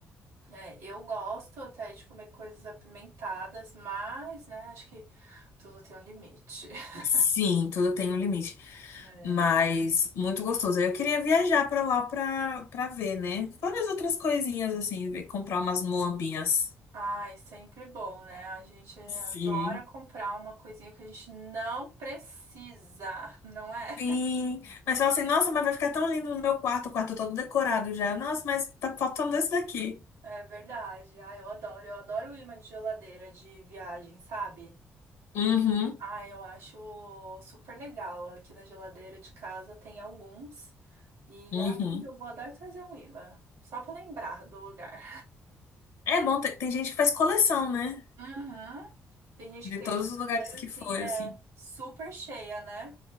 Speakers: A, on the right; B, on the left.
A: É, eu gosto até de comer coisas apimentadas, mas, né, acho que tudo tem um limite. <laughs>
B: Sim, tudo tem um limite,
A: É.
B: mas muito gostoso. Aí eu queria viajar pra lá pra, pra ver, né? Fora as outras coisinhas assim, ver- comprar umas moambinhas.
A: Ai, sempre bom, né? A gente adora
B: Sim.
A: comprar uma coisinha que a gente não precisa, não é?
B: Sim, mas fala assim, nossa, mas vai ficar tão lindo no meu quarto, o quarto todo decorado já. Nossa, mas tá faltando esse daqui.
A: É verdade. Ah, eu adoro. Eu adoro o imã de geladeira de viagem, sabe?
B: Uhum,
A: Ah, eu acho super legal. Aqui na geladeira de casa tem alguns. E
B: uhum.
A: ah, um dia eu vou adorar trazer um imã. Só pra lembrar do lugar.
B: É bom, tem, tem gente que faz coleção, né?
A: Uhum. Tem gente
B: De
A: que tem
B: todos
A: a geladeira
B: os lugares que
A: assim,
B: foi,
A: é
B: assim.
A: super cheia, né?